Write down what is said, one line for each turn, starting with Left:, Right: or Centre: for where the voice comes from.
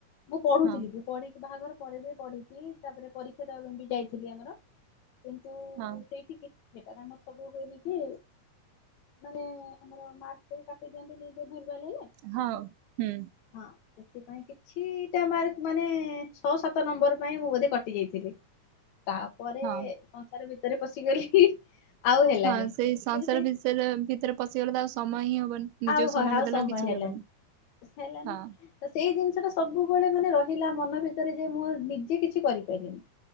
Left: ମୁଁ ପଢୁଥିଲି
Right: ହଁ
Left: ବି ପଢିକି ବାହାଘର ପରେ ବି ପଢିଛିି ତାପରେ ପରୀକ୍ଷା ତ ବି ଯାଇଥିଲି ଆମର ଏମିତି
Right: ହଁ।
Left: ସେଇଠି କିଛି ସେଟ ଆମର ସବୁ ହୁଏନି କି ମାନେ ଆମର ମାର୍କ ବି କଟେଇ ଦିଅନ୍ତି ନିଜେ ଭୁଲ ଭାଲ ହେଲେ।
Right: ହଁ ହୁଁ।
Left: ହଁ ସେଥିପାଇଁ କିଛିଟା ମାର୍କ ମାନେ ଛଅ ସାତ ନମ୍ବର ପାଇଁ ମୁଁ ବୋଧେ କଟିଯାଇଥିଲି ତାପ ପରେ
Right: ହଁ
Left: ସଂସାର ଭିତରେ ପଶିଗଲି। ଆଉ ହେଲାନି।
Right: ହଁ ସେଇ ସଂସାର
Left: କିନ୍ତୁ ସେଇ
Right: <unintelligible> ଭିତରେ ପଶିଗଲେ ତ ଆଉ ସମୟ ହିଁ ହବନି। ନିଜକୁ
Left: ଆଉ ହ ଆଉ
Right: ନଦେଲେ
Left: ସମୟ
Right: କିଛି
Left: ହେଲାନି
Right: ବି ହବନି
Left: ହେଲାନି।
Right: ହଁ
Left: ତ ସେଇ ଜିନିଷ ଟା ସବୁବେଳେ ମାନେ ରହିଲା ମନ ଭିତରେ ଯେ ମୁଁ ନିଜେ କିଛି କରିପାରିଲିନି।